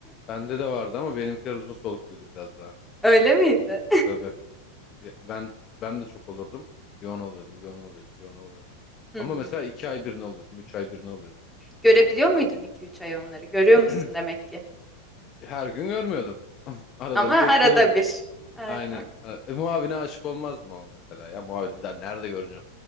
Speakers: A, on the left (about 35°); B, in the centre.
A: bende de vardı ama benimkiler uzun solukluydu biraz daha.
B: <laughs> Öyle miydi?
A: Tabii. Ya, Ben ben de çok olurdum. Bir on oluyordum, bir on oluyordum, bir on oluyordum.
B: <laughs> Hı
A: Ama
B: hı.
A: mesela iki ay birini oluyordum, üç ay birini oluyordum.
B: Görebiliyor muydun iki üç ay onları? Görüyor
A: <clears throat>
B: musun demek ki?
A: Her gün görmüyordum. <laughs> Arada
B: Ama
A: bir denk
B: arada
A: geliyorduk.
B: bir. Aynen.
A: Aynen. E, muavine aşık olmazdım ama mesela ya muavini bir daha nerede göreceğim?